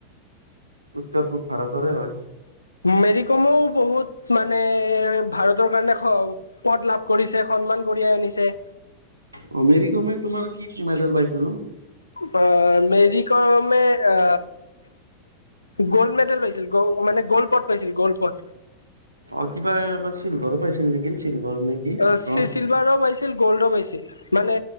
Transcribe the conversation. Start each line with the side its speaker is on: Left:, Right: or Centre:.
Right: উত্তৰ পূব ভাৰতৰে হয়।
Left: মেৰিকমো বহুত মানে ভাৰতৰ কাৰণে স পদ লাভ কৰিছে, সন্মান কঢিয়াই আনিছে।
Right: অ', মেৰিকমে তোমাৰ কি মেডেল পাইছিলে ন?
Left: বা মেৰিকমে আ গ'ল্ড মেডেল পাইছিল, গ মানে গ'ল্ড পদ পাইছিল গল্ড পদ।
Right: অ', কিবা এটা চিলভাৰো পাইছিল নেকি চিলভাৰ নে কি
Left: অ',
Right: ব্ৰঞ্জ
Left: চি চিলভাৰও পাইছিল গ'ল্ডো পাইছিল, মানে